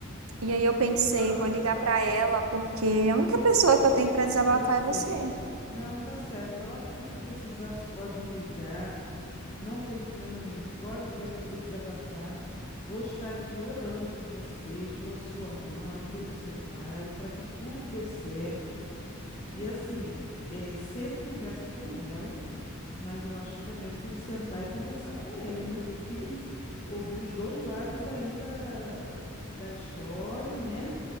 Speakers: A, on the right; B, on the left.
A: E aí eu pensei,
B: Lutando
A: vou ligar
B: para
A: pra ela, porque a única pessoa que eu tenho pra desabafar
B: Eu sei.
A: é você.
B: Não, tá certo. A hora que você precisar, você pode me ligar. Não tem problema nenhum. Pode ligar para poder desabafar. Vou estar aqui orando por vocês, pela sua mãe, pelo seu pai, para que tudo dê certo. E assim, eh, senta e conversa com ela, mas eu acho que também você tem que sentar e conversar com ele, né? Tem que ouvir os dois lados aí da, da história, né?